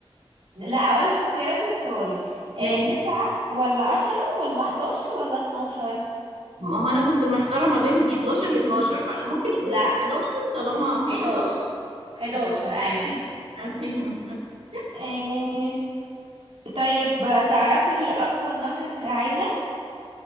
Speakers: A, on the right; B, on the right.
A: لا هقولك اختيارات واختاري آه،
B: ماشي
A: تسعة ولا عشرة ولا حداشر ولا اتناشر
B: ما هو أنا كنت محتارة ما بين يا 11 يا 12 فممكن يبقوا
A: لا
B: 11 طالما 12
A: حداشر
B: غلط
A: حداشر
B: 11
A: أي
B: تمام تمام <laughs>
A: آه، طيب تعرفي أطول نهر في العالم